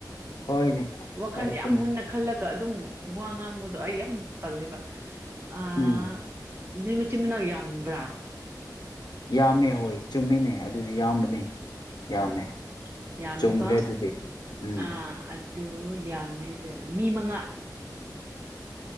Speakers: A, on the left; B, on the right.
A: ꯍꯣꯏꯅꯦ
B: ꯋꯥꯈꯜ
A: ꯍꯥꯏꯔꯛꯀꯦꯅꯦ
B: ꯌꯥꯝ ꯃꯨꯟꯅ ꯑꯗꯨꯝ ꯋꯥ ꯉꯥꯡꯕꯗꯣ ꯑꯩ ꯌꯥꯝ ꯇꯜꯂꯦꯕ ꯑꯥ
A: ꯎꯝ
B: ꯅꯣꯏ ꯃꯆꯤꯟ ꯃꯅꯥꯎ ꯌꯥꯝꯕ꯭ꯔꯥ
A: ꯌꯥꯝꯃꯦ ꯍꯣꯏ ꯆꯨꯝꯃꯤꯅꯦ ꯑꯗꯨꯁꯨ ꯌꯥꯝꯕꯅꯦ ꯌꯥꯝꯃꯦ
B: ꯎꯝ ꯌꯥꯝꯃꯤꯀꯣ
A: ꯆꯨꯝꯈ꯭ꯔꯦ ꯑꯗꯨꯗꯤ ꯎꯝ
B: ꯑ ꯑꯗꯨ ꯌꯥꯝꯃꯦ ꯃꯤ ꯃꯉꯥ